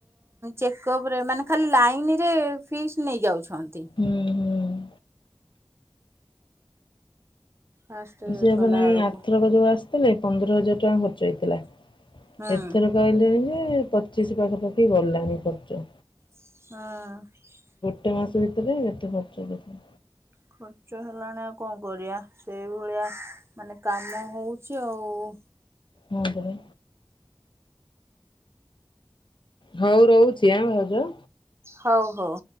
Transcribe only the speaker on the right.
ଚେକପ ରେ ମାନେ ଖାଲି ଲାଇନରେ ଫିସ ନେଇ ଯାଉଛନ୍ତି।
ଫାଷ୍ଟ ଇଏ
କଲା
ବେଳକୁ
ହୁଁ
ହଁ।
ଖର୍ଚ୍ଚ ହେଲାଣି ଆଉ କଣ କରିବା ସେଇଭଳିଆ ମାନେ କାମ ହଉଛି ଆଉ। ହଁ
ହୋଉ ହୋଉ।